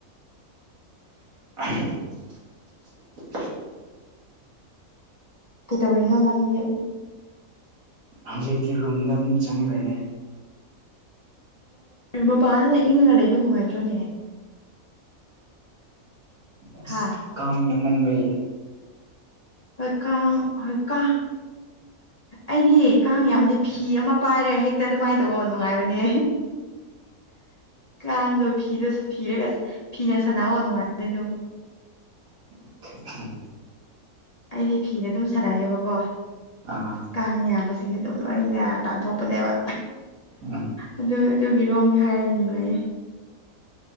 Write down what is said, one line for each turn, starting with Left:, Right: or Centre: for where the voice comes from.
Right: <unintelligible>
Left: ꯀꯩꯗꯧꯔꯤꯅꯣ ꯅꯪꯗꯤ
Right: ꯍꯧꯖꯤꯛꯇꯤ ꯔꯨꯝꯗ ꯑꯃꯨꯛ ꯆꯪꯒꯔꯦ
Left: ꯃꯄꯥꯟꯗꯅ ꯏꯪꯉꯒ ꯂꯩꯕ ꯅꯨꯡꯉꯥꯏꯇ꯭ꯔꯣꯅꯦ
Right: ꯑꯁ
Left: ꯍꯥ
Right: ꯀꯥꯡ ꯌꯥꯝꯃꯟꯕꯩ
Left: ꯍꯣꯏ ꯀꯥꯡ ꯍꯣꯏ ꯀꯥ ꯑꯩꯗꯤ ꯀꯥꯡ ꯌꯥꯝꯕꯗꯤ ꯐꯤ ꯑꯃ ꯄꯥꯏꯔꯦ ꯍꯦꯛꯇ ꯑꯗꯨꯃꯥꯏꯅ ꯇꯧꯧꯕ ꯅꯨꯡꯉꯥꯏꯕꯅꯦ ꯀꯥꯡꯗꯣ ꯐꯤꯗꯁꯨ ꯐꯤꯔꯒ ꯐꯤꯅ ꯁꯥꯟꯂꯛꯑꯣ ꯅꯨꯡꯉꯥꯏ ꯑꯗꯨꯝ
Right: <unintelligible>
Left: ꯑꯩꯗꯤ ꯐꯤꯅ ꯑꯗꯨꯝ ꯁꯥꯟꯅꯩꯌꯦꯕꯀꯣ
Right: ꯑꯥ
Left: ꯀꯥꯡ ꯌꯥꯝꯕꯁꯤꯡꯗꯤ ꯑꯗꯨꯝ ꯂꯣꯏꯅ ꯇꯥꯟꯊꯣꯛꯄꯅꯦꯕ
Right: <unintelligible>
Left: ꯑꯗꯨ ꯑꯗꯨꯒꯤꯔꯣꯝꯒꯤ ꯍꯥꯏꯔꯗꯤ ꯅꯨꯡꯉꯥꯏꯌꯦ